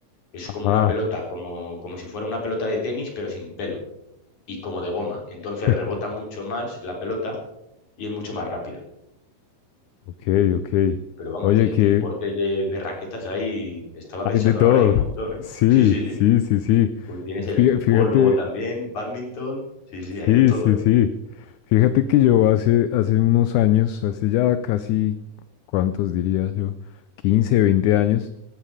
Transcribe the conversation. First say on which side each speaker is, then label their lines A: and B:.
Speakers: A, on the left; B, on the left.
A: Es
B: ajá.
A: como una pelota, como, como si fuera una pelota de tenis, pero sin pelo y como de goma. Entonces
B: <laughs>
A: rebota mucho más la pelota y es mucho más rápida.
B: Ok, ok.
A: Pero vamos,
B: Oye,
A: de,
B: que
A: de deportes de, de raquetas ahí, estaba
B: hay
A: pensando
B: de todo.
A: ahora hay un montón, ¿eh?
B: Sí,
A: Sí, sí, sí.
B: sí, sí, sí.
A: Porque tienes el
B: Fí-
A: ping-pong
B: Fíjate,
A: luego también, bádminton Sí, sí, hay
B: sí,
A: de todo,
B: sí,
A: ¿eh?
B: sí. Fíjate que yo hace, hace unos años, hace ya casi, ¿cuántos diría yo? quince, 20 años,